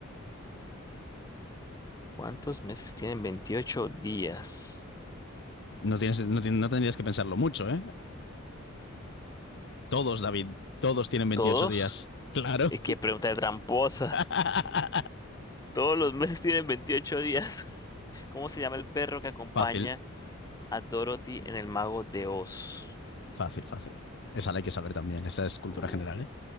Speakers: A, on the left; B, on the left.
A: ¿Cuántos meses tienen 28 días?
B: No, tienes, no, tien- no tendrías que pensarlo mucho, ¿eh? Todos, David, todos tienen veintiocho
A: ¿Todos?
B: días. Claro.
A: Es que pregunta de tramposa.
B: <laughs>
A: Todos los meses tienen 28 días. <laughs> ¿Cómo se llama el perro que acompaña
B: Fácil,
A: a Dorothy en El Mago de Oz?
B: fácil, fácil. Esa la hay que saber también. Esa es cultura
A: Uh,
B: general, ¿eh?